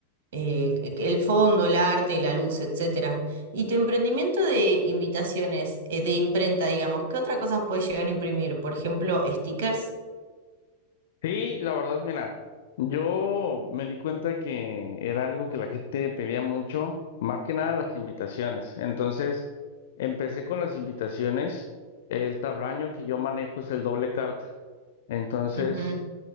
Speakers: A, on the right; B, on the left.
A: eh, el fondo, el arte, la luz, etcétera. Y tu emprendimiento de invitaciones, eh, de imprenta, digamos, ¿qué otra cosa puedes llegar a imprimir? Por ejemplo, stickers.
B: Sí, la verdad, mira, yo me di cuenta que era algo que la gente pedía mucho, más que nada las invitaciones. Entonces, empecé con las invitaciones. El tablaño que yo manejo es el doble carta. Entonces,
A: Ujú,